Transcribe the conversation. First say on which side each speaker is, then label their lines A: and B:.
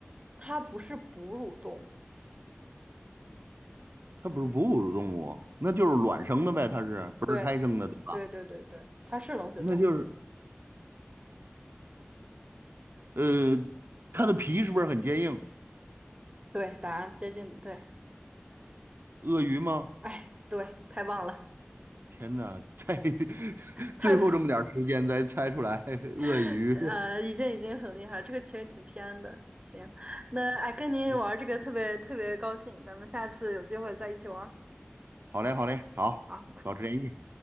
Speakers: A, on the right; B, on the right.
A: 它不是哺乳动物。
B: 它不是哺乳动物，那就是卵生的呗，它是不是胎生的，
A: 对，
B: 对吧？
A: 对对对对，它是冷血动物。
B: 那就是呃，它的皮是不是很坚硬？
A: 对，答案接近对，
B: 鳄鱼吗？
A: 哎，对，太棒了，
B: 天哪，在 <laughs>
A: 太，
B: 最后这么点儿时间才猜出来鳄鱼。
A: <laughs> 呃，已经已经很厉害了，这个其实挺偏的。行，那哎，跟您玩这个特别特别高兴，
B: 嗯，嗯
A: 咱们下次有机会再一起玩儿。
B: 好嘞，好嘞，好，
A: 好，
B: 保持联系。